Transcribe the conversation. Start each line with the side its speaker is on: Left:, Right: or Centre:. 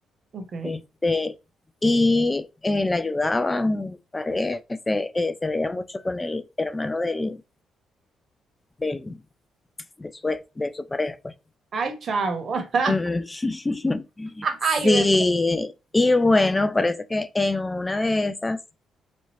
Right: ok.
Left: Este, y eh, la ayudaban, parece, eh, se veía mucho con el hermano del, del, de, su, de su pareja, pues.
Right: Ay, chao. <laughs>
Left: Mm. <laughs> Sí,
Right: Ay, me-
Left: y bueno, parece que en una de esas